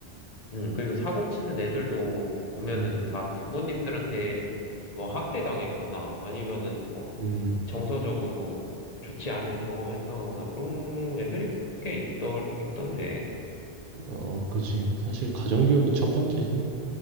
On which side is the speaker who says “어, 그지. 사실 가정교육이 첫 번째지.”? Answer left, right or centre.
Right